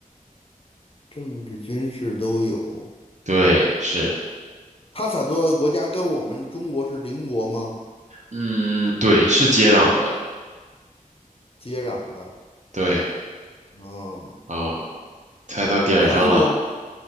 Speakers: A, on the left; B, on the right.
A: 政治、军事都有。
B: 对，是，
A: 他所在的国家跟我们中国是邻国吗？
B: 嗯，对，是接壤的。
A: 接壤的。
B: 对，
A: 嗯，
B: 啊，猜到点儿上了。
A: 韩国、